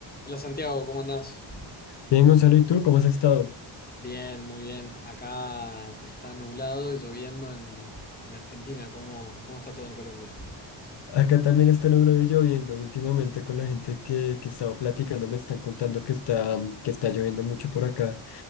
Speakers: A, on the left; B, on the left.
A: Hola Santiago, ¿cómo andás?
B: Bien, Gonzalo, ¿y tú cómo has estado?
A: Bien, muy bien. Acá está nublado y lloviendo en, en Argentina. ¿Cómo, cómo está todo en Colombia?
B: Acá también está nublado y lloviendo. Últimamente con la gente que, que estaba platicando me están contando que está, mm, que está lloviendo mucho por acá.